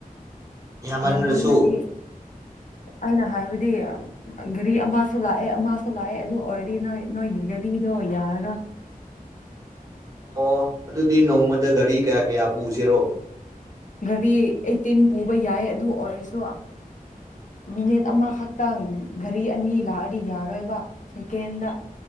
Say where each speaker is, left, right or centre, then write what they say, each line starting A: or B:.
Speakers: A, on the right; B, on the left.
A: ꯌꯥꯝꯃꯟꯅꯁꯨ
B: ꯌꯥꯝꯃꯜꯂꯗꯤ ꯑꯩꯅ ꯍꯥꯏꯕꯗꯤ ꯘꯔꯤ ꯑꯃꯁꯨ ꯂꯥꯛꯑꯦ ꯑꯃꯁꯨ ꯂꯥꯛꯑꯦ ꯑꯗꯨ ꯑꯣꯏꯔꯗꯤ ꯅꯣꯏ ꯅꯣꯏꯒꯤ ꯘꯔꯤꯗꯣ ꯌꯥꯔꯔ ꯎꯝ
A: ꯑꯣ ꯑꯗꯨꯗꯤ ꯅꯣꯡꯃꯗ ꯒꯥꯔꯤ ꯀꯌꯥ ꯀꯌꯥ ꯄꯨꯁꯤꯔꯣ
B: ꯒꯥꯔꯤ ꯑꯩꯠꯇꯤꯟ ꯄꯨꯕ ꯌꯥꯏ ꯑꯗꯨ ꯑꯣꯏꯔꯁꯨ ꯃꯤꯅꯤꯠ ꯑꯃꯈꯛꯇꯪ ꯘꯔꯤ ꯑꯅꯤ ꯂꯥꯛꯑꯗꯤ ꯌꯥꯔꯣꯏꯕ ꯁꯦꯀꯦꯟꯗ